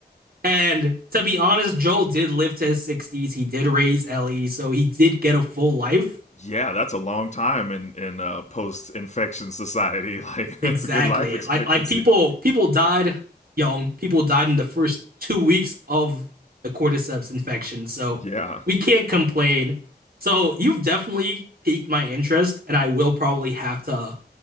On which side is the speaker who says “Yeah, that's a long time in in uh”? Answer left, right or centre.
Left